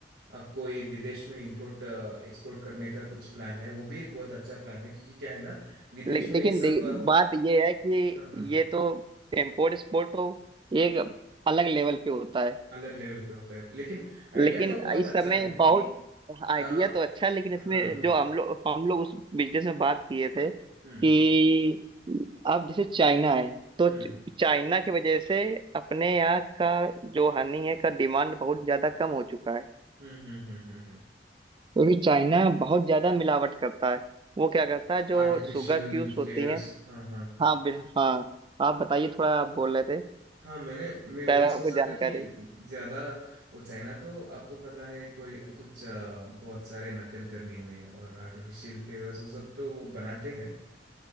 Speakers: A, on the right (about 65°); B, on the right (about 30°).
A: आपको ये विदेश में इंपोर्ट एक्सपोर्ट करने का कुछ प्लान है वो भी एक बहुत अच्छा प्लान है क्योंकि क्या है ना विदेश
B: ले,
A: में
B: लेकिन
A: ये सब
B: दे-
A: अ,
B: बात ये है कि
A: हाँ हाँ हाँ
B: ये तो इम्पोर्ट एक्सपोर्ट तो एक अलग लेवल पे होता है
A: अलग लेवल पे होता है लेकिन आइडिया
B: लेकिन
A: तो बहुत
B: इस
A: अच्छा
B: समय
A: है क्योंकि
B: बहुत आइडिया
A: आ,
B: तो अच्छा है लेकिन इसमें
A: हाँ हाँ
B: जो हम लोग हम लोग उस बिजनेस में बात किए थे कि
A: हम्म
B: अब जैसे चाइना है तो
A: हम्म
B: च- चाइना की वजह से अपने यहाँ का जो हनी है का डिमांड बहुत ज्यादा कम हो चुका है
A: हम्म हम्म हम्म हम्म
B: क्योंकि चाइना बहुत ज्यादा मिलावट करता है वो क्या करता है जो
A: आर्टिफिशियल
B: शुगर क्यूब्स होती
A: फ्लेयर्स
B: हैं
A: हाँ हाँ
B: हाँ बिल- हाँ आप बताइए थोड़ा आप बोल रहे थे
A: हाँ मैंने मैं वही
B: शायद
A: सोच
B: आपको
A: रहा
B: जानकारी
A: था कि ज्यादा वो चाइना तो आपको पता है कोई कुछ अ, बहुत सारे नकल करने में और आर्टिफिशियल फ्लेवर्स वो सब तो वो बनाते हैं